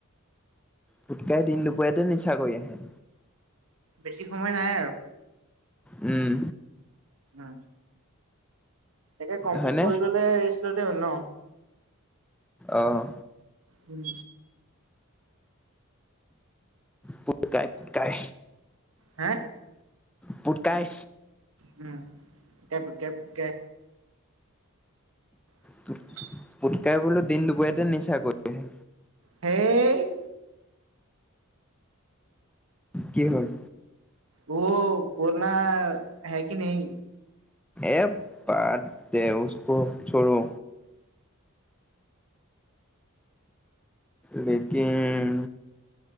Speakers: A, in the centre; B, on the right.
A: পুটকাই দিন দুপৰীয়াতে নিচা কৰি আহে।
B: বেছি সময় নাই আৰু।
A: উম।
B: অ। একে কমপ্লিট
A: হয়নে
B: কৰি ললে, ৰেষ্ট ললে হ'ল ন?
A: অহ।
B: উম।
A: পুটুকাই পুটকাই
B: হে?
A: পুটকাই।
B: উম কেপ কেপ কে। <inaudible>
A: পুটকাই পুটকাই বোলো দিন দুপৰীয়াতে নিচা কৰি আহে।
B: সেই
A: কি হয়?
B: ৱৌ বলনা হে কি নায়ি?
A: এ বাট দে উছকো ছৰৌ। লেকিন